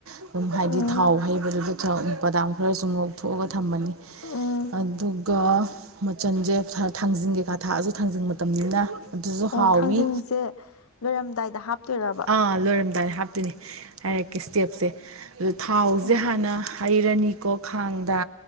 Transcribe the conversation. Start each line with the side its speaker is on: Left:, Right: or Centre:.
Right: ꯑꯗꯨꯝ ꯍꯥꯏꯗꯤ
Left: ꯎꯝ
Right: ꯊꯥꯎ ꯍꯩꯕꯗꯨꯗ ꯖ ꯕꯗꯥꯝ ꯈꯔꯁꯨ ꯉꯣꯛꯊꯣꯛꯑꯒ ꯊꯝꯃꯅꯤ
Left: ꯎꯝ
Right: ꯑꯗꯨꯒ ꯃꯆꯟꯖꯦ ꯊꯥ ꯊꯥꯡꯖꯤꯡ ꯀꯩꯀꯥ ꯊꯥꯛꯑꯖꯨ ꯊꯥꯡꯖꯤꯡ ꯃꯇꯝꯅꯤꯅ ꯑꯗꯨꯖꯨ
Left: ꯑꯣ
Right: ꯍꯥꯎꯋꯤ
Left: ꯊꯥꯡꯖꯤꯡꯁꯦ ꯂꯣꯏꯔꯝꯗꯥꯏꯗ ꯍꯥꯞꯇꯣꯏꯔꯕ
Right: ꯑꯥ ꯂꯣꯏꯔꯝꯗꯥꯏ ꯍꯥꯞꯇꯣꯏꯅꯦ ꯍꯥꯏꯔꯛꯀꯦ ꯏꯁꯇꯦꯞꯁꯦ ꯑꯗꯣ ꯊꯥꯎꯖꯦ
Left: ꯎꯝ
Right: ꯍꯥꯅ ꯍꯩ ꯔꯥꯅꯤꯀꯣ ꯈꯥꯡꯗ